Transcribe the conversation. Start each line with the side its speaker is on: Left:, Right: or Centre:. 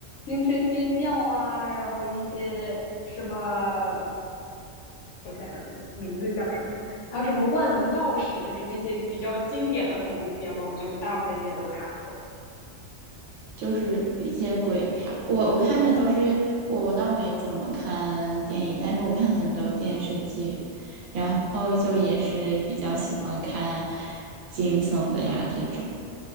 Left: 《惊声尖叫》啊，然后一些什么，我想想名字叫什么，还有什么《万能钥匙》，就是那些比较经典的恐怖片吧，我觉得我大部分应该都看过。
Right: 就是一些鬼片儿。我我看的都是我我倒没怎么看电影，但是我看很多电视剧，然后就也是比较喜欢看惊悚的呀这种。